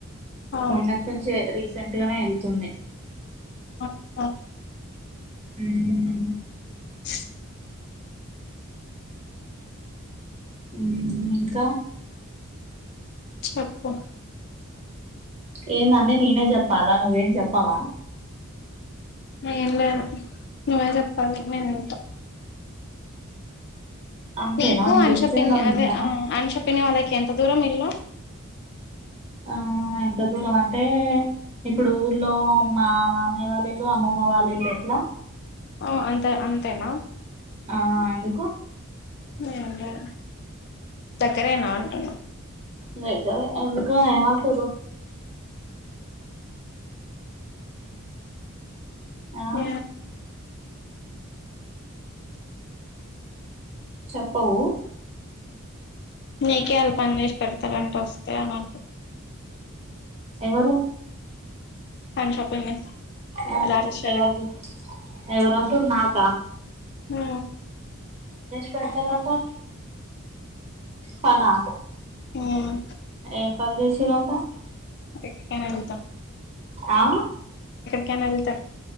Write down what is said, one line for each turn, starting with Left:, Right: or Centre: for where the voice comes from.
Left: ఆ
Right: మొన్నటి నుంచే రీసేట్గానే వెళ్తుంది
Left: ఆహ
Right: మ్మ్
Left: <inaudible>
Right: ఉమ్మ్ ఇంకా
Left: చెప్పు
Right: ఏందన్నీ నేనే చెప్పాలా నువ్వేం చెప్పవా
Left: ఏం లేదు నువ్వే చెప్పాలి నేను వింటా
Right: అంతేనా
Left: నీకు
Right: నేను
Left: అన్షప్పిన్
Right: చెప్తే నువ్వు వింటావా
Left: అదే అంశ పిన్ని వాళ్ళకి ఎంత దూరం ఇల్లు
Right: ఆ ఎంత దూరం అంటే ఇప్పుడు ఊర్లో మా అమ్మాయి వాళ్ళ ఇల్లు అమ్మమ్మ వాళ్ళిళు ఎట్లా
Left: ఓ అంతా అంతేనా
Right: ఆ ఎందుకు
Left: ఏం లేదు దగ్గరేనా అంటున్నా
Right: దగ్గరే ఎందుకు ఏం అంటున్ర్ ఆ
Left: హ
Right: చెప్పవు
Left: నీకే వాళ్ళ పని చేసి పెడతారంటే వస్తే అని అంట
Right: ఎవరు
Left: అన్షపిని
Right: ఆ
Left: రాజేశ్వరికి
Right: ఎవరు ఎవరంటురు నాక
Left: ఆ
Right: పెడ్తారంటా పనా
Left: ఉమ్
Right: ఏం పని చేసిరంటా
Left: ఎక్కడికేనా ఎళతాం
Right: ఆ
Left: కాని ఎళ్ళ్తా